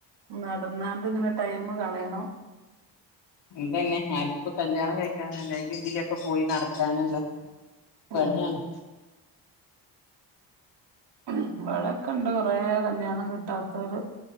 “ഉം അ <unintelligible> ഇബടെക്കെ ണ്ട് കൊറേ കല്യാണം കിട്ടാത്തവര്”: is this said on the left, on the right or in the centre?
Right